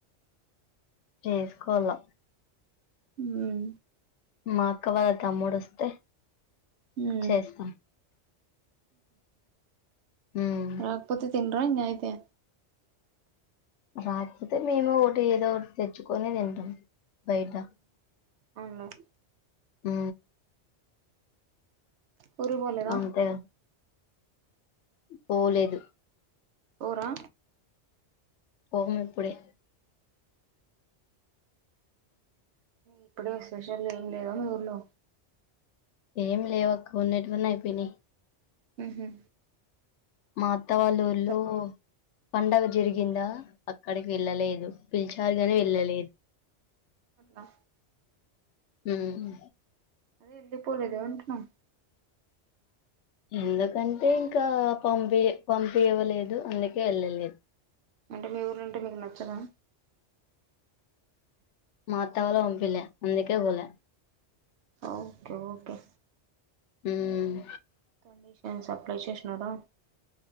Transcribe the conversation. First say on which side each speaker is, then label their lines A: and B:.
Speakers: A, on the left; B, on the right.
A: చేసుకోవాల
B: హ్మ్
A: మా అక్క వాళ్ళ తమ్ముడు వస్తే
B: ఉమ్
A: చేస్తాం ఉమ్
B: రాకపోతే తిన్రా ఇంగ అయితే
A: రాకపోతే మేము ఒకటి ఏదో ఒకటి తెచ్చుకొని తింటాం బయట
B: అవునలే
A: ఆ
B: ఊరికి బోలేదా
A: అంతేగా పోలేదు
B: పోరా
A: పోము ఇప్పుడే
B: ఇప్పుడే స్పెషల్ ఏం లేవని ఊర్లో
A: ఏమి లేవక్క వున్నెటివన్నీ అయిపోయినాయి
B: ఊహు
A: మా అత్త వాల్ల ఊర్లో
B: మళ్ళా
A: పండగ జరిగిందా అక్కడికి వెళ్ళలేదు పిలిచారుగాని వెళ్ళలేదు
B: ఆ
A: మ్మ్
B: అదే ఎందుకు పోలేదు అంటున్నా
A: ఎందుకంటే ఇంకా పంపి పంపి ఇవ్వలేదు అందుకే వెళ్ళలేదు
B: అంటే మీ ఊరుళంటే మీకు నచ్చదా
A: మా అత్త వాళ్లు వంపిలే అందుకే పోలే
B: ఓకే ఓకే
A: ఉమ్మ్
B: కండిషన్స్ అప్లై చేసినడు